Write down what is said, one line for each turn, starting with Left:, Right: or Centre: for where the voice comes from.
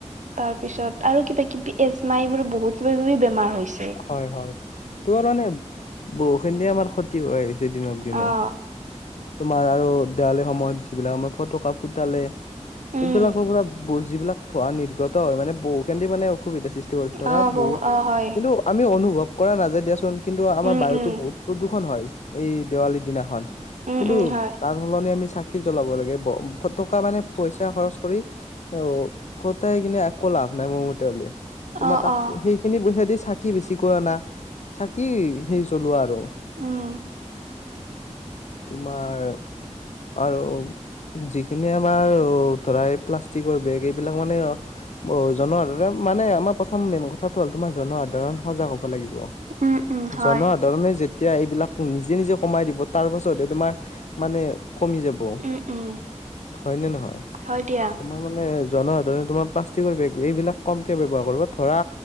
Right: তাৰ পিছত আৰু কিবা - কিবি এজমা এইবোৰ বহুত কিবা - কিবি বেমাৰ হৈছ
Left: হয় - হয়, তোৰ মানে বহুখিনিয়ে আমাৰ ক্ষতি হৈ আহিছে দিনক দিনে।
Right: অ',
Left: তোমাৰ আৰু দেৱালীৰ সময়ত যিবিলাক আমাৰ ফটকা ফুটালে।
Right: উম।
Left: এইবিলাকৰ পৰা ব যিবিলাক ধোৱা নিৰ্গত হয় মানে বহু কেইদিন মানে অসুবিধা সৃষ <unintelligible>
Right: অ', বহু
Left: ব
Right: অ', হয়।
Left: কিন্তু আমি অনুভৱ কৰা নাযায় দিয়াচোন কিন্তু আমাৰ
Right: উম,
Left: বায়ুতো
Right: উম।
Left: বহুত প্ৰদূষণ হয়। এই দেৱালীৰ দিনাখন
Right: উম,
Left: কিন্তু
Right: উম, হয়।
Left: তাৰ সলনি আমি চাকি কি জ্বলাব লাগে, ব ফটকা মানে পইচা খৰচ কৰি অহ কটাই কিনে একো লাভ নাই মোৰ মতে হলে, তোমাৰ
Right: অ',
Left: তাত
Right: অ'।
Left: সেইখিনি পইচা দি চা কি বেছিকৈ অনা, চাকি হেৰি জ্বলোৱা আৰু।
Right: উম,
Left: তোমাৰ আৰু যিখিনি আমাৰ ধৰা এই প্লাষ্টিকৰ বেগ এইবিলাক মানে ব জনোৱাৰ মানে আমাৰ প্ৰথম মেইন কথাটো হ'ল তোমাৰ জনোৱা কাৰণ সজাগ হব লাগিব,
Right: উম, উম, হয়।
Left: জনসাধাৰনে যে এতিয়া এইবিলাক নিজে নিজে কমাই দিব তাৰ পাছতহে তোমাৰ মানে কমি যাব।
Right: উম, উম,
Left: হয়নে নহয়
Right: হয় দিয়া
Left: আমাৰ মানে জনসাধাৰণে তোমাৰ প্লাষ্টিকৰ বেগ এইবিলাক কমকে ব্যৱহাৰ কৰিব ধৰা